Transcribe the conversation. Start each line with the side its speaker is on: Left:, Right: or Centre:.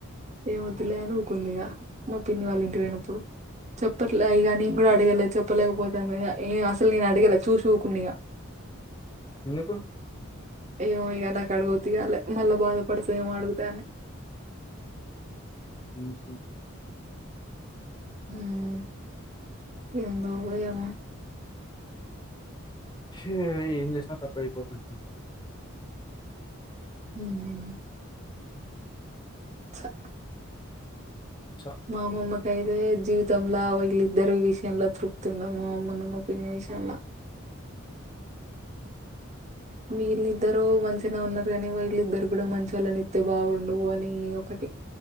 Right: ఏమొద్దులే అని ఊకున్న ఇగ మా పిన్ని వాళ్ళ ఇంటికి బొయినప్పుడు చెప్పట్లే ఇగ నీక్ గుడా అడిగలే చెప్పలేకపోతాముగ అని ఇగ అసలు నిను అడిగలే చూసి ఊకున్న ఇగ
Left: ఎందుకు
Right: ఏమో ఇగ నాకు అడుగు <unintelligible> మళ్ళ బాధపడతవేమో అడుగుతే అని
Left: ఊహు
Right: ఊహూ ఏందో ఏమో
Left: చి ఇగ ఏం చేసినా తప్పు అయిపోతుంది
Right: ఊహ్ ఛ
Left: చ
Right: మా అమ్మమ్మకు ఐతే జీవితంల వీళ్ళద్దరు విషయంల తృప్తి ఉండదు మా అమ్మమ్మ మా పిన్ని విషయంల వీళ్లిద్దరూ ఇద్దరూ మంచిగనే ఉన్నరు గనీ వీళ్ళద్దరికి గుడా మంచోళ్ళని ఇత్తె బావుండూ అని ఒకటి